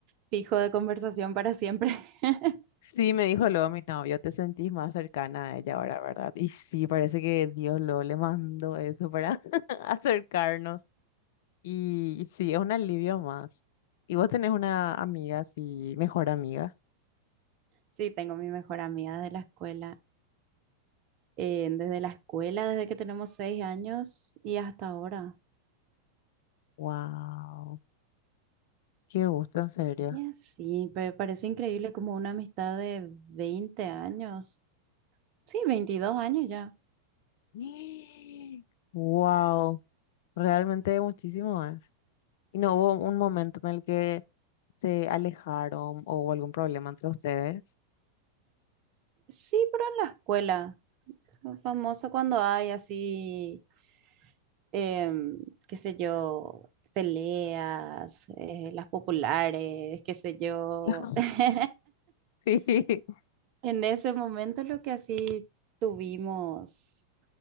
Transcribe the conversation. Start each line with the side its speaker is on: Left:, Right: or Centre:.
Right: fijo de conversación para siempre. <laughs>
Left: sí me dijo luego mi novio, te sentís más cercana a ella ahora, ¿verdad? Y sí, parece que Dios lo le mandó eso para <laughs> acercarnos. Y, sí, es un alivio más. ¿Y vos tenés una amiga así, mejor amiga?
Right: Sí, tengo mi mejor amiga de la escuela. eh, desde la escuela, desde que tenemos seis años y hasta ahora.
Left: Wow, qué gusto, en serio.
Right: Y así, pero parece increíble como una amistad de 20 años. Sí, 22 años ya.
Left: <gasps> Wow, realmente muchísimo más. ¿Y no hubo un momento en el que se alejaron o hubo algún problema entre ustedes?
Right: Sí, pero en la escuela. Lo Famoso cuando hay así, em, qué sé yo, peleas, eh, las populares, qué sé yo.
Left: <laughs>
Right: <laughs>
Left: Sí,
Right: En ese momento lo que así tuvimos,